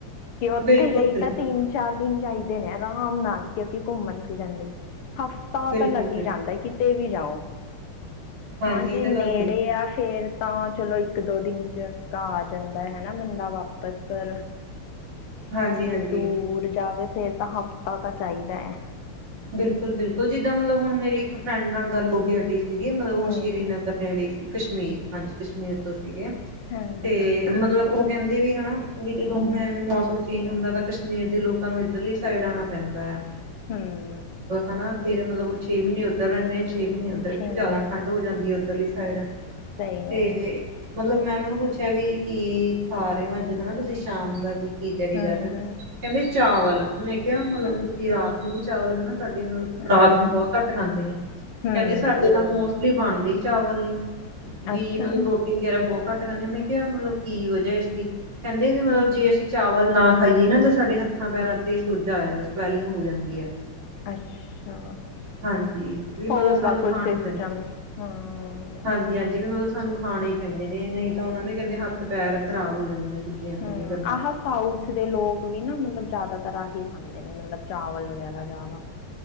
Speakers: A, on the left; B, on the right.
A: ਕਿ ਉੱਥੇ
B: ਬਿਲਕੁਲ-ਬਿਲਕੁਲ,
A: ਲਈ ਤਾਂ ਤਿੰਨ ਚਾਰ ਦਿਨ ਚਾਹੀਦੇ ਨੇ ਆਰਾਮ ਨਾਲ, ਕਿਉਂਕਿ ਘੁੰਮਣ ਫਿਰਨ ਲਈ ਹਫ ਤਾ
B: ਬਿਲਕੁਲ-ਬਿਲਕੁਲ
A: ਤਾਂ ਲੱਗ ਹੀ ਜਾਂਦਾ ਕਿਤੇ ਵੀ ਜਾਓ,
B: ਹਾਂਜੀ
A: ਹਾਂ ਜੇ
B: ਇਹ ਤਾਂ
A: ਨੇੜੇ
B: ਗੱਲ ਠੀਕ
A: ਆ ਫੇਰ ਤਾਂ ਚਲੋ ਇੱਕ ਦੋ ਦਿਨ 'ਚ ਘਾਹ ਆ ਜਾਂਦਾ ਹਨਾ, ਬੰਦਾ ਵਾਪਸ ਪਰ
B: ਹਾਂਜੀ-ਹਾਂਜੀ
A: ਜੇ ਦੂਰ ਜਾਵੇ, ਫੇਰ ਤਾਂ ਹਫ਼ਤਾ ਤਾਂ ਚਾਹੀਦਾ ਹੈ।
B: ਬਿਲਕੁਲ ਬਿਲਕੁਲ, ਜਿੱਦਾਂ ਮਤਲਬ ਹੁਣ ਮੇਰੀ ਇੱਕ ਫਰੈਂਡ ਨਾਲ ਗੱਲ ਹੋ ਕੇ ਹਟੀ ਸੀਗੀ, ਮਤਲਬ ਉਹ
A: ਹੂੰ
B: ਸ਼੍ਰੀਨਗਰ ਜਿਹੜੀ ਸੀ ਕਸ਼ਮੀਰ, ਹਾਂਜੀ ਕਸ਼ਮੀਰ ਤੋਂ ਸੀਗੇ,
A: ਹਾਂ ਹਾਂ
B: ਤੇ ਮਤਲਬ ਉਹ ਕਹਿੰਦੇ ਵੀ ਹਨਾ ਵੀ ਜਦੋਂ ਹੁਣ ਐਵੇਂ ਮੌਸਮ ਚੇਂਜ ਹੁੰਦਾ ਤਾਂ, ਕਸ਼ਮੀਰ ਦੇ ਲੋਕਾਂ ਨੂੰ ਇੱਧਰਲੀ ਸਾਈਡ ਆਉਣਾ ਪੈਂਦਾ ਆ।
A: ਹਮ।
B: ਹਨਾ ਫ਼ੇ, ਮਤਲਬ ਉਹ ਛੇ ਮਹੀਨੇ ਉਓਧਰ ਰਹਿੰਦੇ ਨੇ ਛੇ ਮਹੀਨੇ ਉੱਧਰ,
A: ਛੇ
B: ਤੇ ਜ਼ਿਆਦਾ
A: ਮਹੀਨੇ
B: ਠੰਡ
A: ਤਾਂ
B: ਹੋ ਜਾਂਦੀ ਹੈ ਉੱਧਰਲੀ ਸਾਈਡ
A: ਸਹੀ ਗੱਲ
B: ਤੇ
A: ਆ
B: ਮਤਲਬ ਮੈਂ ਉਹਨਾਂ ਨੂੰ ਪੁੱਛਿਆ ਵੀ ਕੀ ਖਾ ਰਹੇ ਹੋ ਅੱਜ ਹਨਾ, ਤੁਸੀਂ ਸ਼ਾਮ ਦਾ ਵੀ ਕੀ ਕੀ ਖਾ ਰਹੇ
A: ਹੂੰ,
B: ਹੋ
A: ਹੂੰ,
B: ਕਹਿੰਦੇ ਚਾਵਲ, ਮੈਂ ਕਿਹਾ ਮਤਲਬ
A: ਹੂੰ,
B: ਤੁਸੀਂ ਰਾਤ ਨੂੰ ਵੀ ਚਾਵਲ, ਹਨਾ। ਸਾਡੀ ਮਤਲਬ
A: ਹੂੰ,
B: ਰਾਤ ਨੂੰ ਬਹੁਤ ਘੱਟ ਖਾਂਦੇ ਨੇ,
A: ਹੂੰ,
B: ਕਹਿੰਦੇ ਸਾਡੇ ਤਾਂਸ ਬਣਦੀ ਚਾਵਲ ਨੇ, ਵੀ
A: ਅੱਛਾ
B: ਮਤਲਬ ਰੋਟੀ ਵਗੈਰਾ ਬਹੁਤ ਘੱਟ ਕਦੇ, ਮੈਂ ਕਿਹਾ ਮਤਲਬ ਕੀ ਵਜਾ ਇਸਦੀ, ਕਹਿੰਦੇ ਵੀ ਮਤਲਬ
A: ਹੂੰ,
B: ਜੇ ਅਸੀਂ ਚਾਵਲ ਨਾ ਖਾਈਏ ਨਾ ਤਾਂ, ਸਾਡੇ ਹੱਥਾਂ ਪੈਰਾਂ ਤੇ ਸੋਜਾ ਆ ਜਾਂਦਾ ਸਵੈਲਿੰਗ ਹੋ ਜਾਂਦੀ ਹੈ।
A: ਅੱਛਾ।
B: ਹਾਂਜੀ, ਵੀ ਮਤਲਬ
A: ਹੋਊਗਾ
B: ਸਾਨੂੰ ਖਾਣ
A: ਕੋਈ ਸਿਸਟਮ
B: ਪੈਂਦੇ ਨੇ।
A: ਹੂੰ
B: ਹਾਂਜੀ ਹਾਂਜੀ, ਵੀ ਮਤਲਬ ਸਾਨੂੰ ਖਾਣੇ ਹੀ ਪੈਂਦੇ ਨੇ ਨਹੀਂ ਤਾਂ ਉਹਨਾਂ ਦੇ ਕਹਿੰਦੇ, ਹੱਥ ਪੈਰ ਖ਼ਰਾਬ ਹੋ ਜਾਂਦੇ ਨੇ। ਸੁੱਜੀ ਜਾਂਦੇ
A: ਹ,
B: ਨੇ ਅਗਰ ਨਾ
A: ਆਹ ਸਾਊਥ ਦੇ ਲੋਕ ਵੀ ਨਾ ਮਤਲਬ, ਜ਼ਿਆਦਾਤਰ ਆਹੀ ਖਾਂਦੇ ਨੇ ਮਤਲਬ ਚਾਵਲ ਵਗੈਰਾ ਜਾਂ ਨਾ